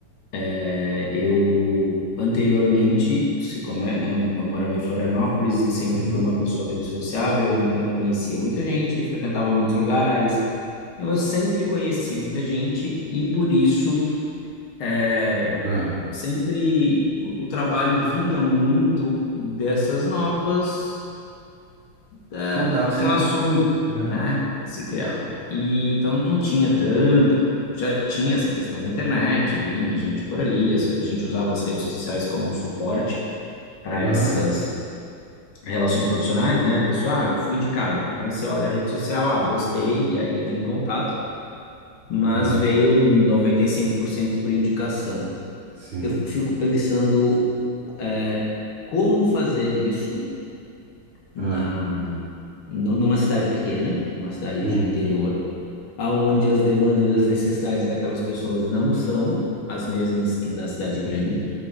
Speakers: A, on the left; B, on the right.
A: É, eu anteriormente, se como é, né, eu morava em Florianópolis e sempre
B: Uhum.
A: fui uma pessoa bem sociável, então eu conhecia muita gente, frequentava muitos lugares. Então eu sempre conheci muita gente e por isso é,
B: Ah,
A: sempre o, o trabalho vinha muito dessas novas eh,
B: contatos,
A: relações,
B: né? Né?
A: né, se criavam. E então não tinha tanta. Eu já tinha essa questão da internet, vinha gente por ali, essa- a gente usava as redes sociais como um suporte para
B: Aham,
A: essas relações profissionais, né? Pessoal, ah, eu fui indicado. Então você olha a rede social, ah, gostei, e aí entra em contato, mas
B: aham,
A: veio 95% por cento por indicação.
B: sim.
A: Eu fico pensando, eh, como fazer isso na
B: Ah,
A: nu- numa cidade pequena, numa cidade
B: sim,
A: de interior, aonde as demandas e as necessidades daquelas pessoas não são as mesmas que da cidade grande.